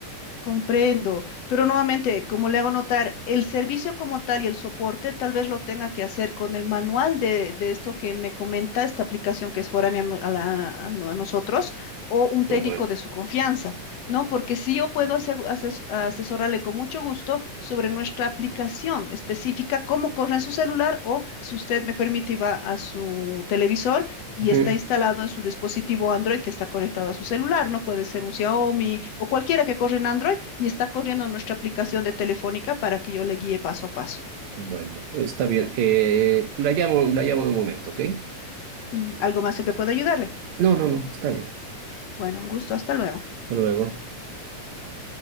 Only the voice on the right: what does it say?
Oh, bueno,
ujú,
Bueno, está bien. Eh, la llamo, la llamo en un momento, ¿ok?
No, no, no, está bien.
Hasta Luego,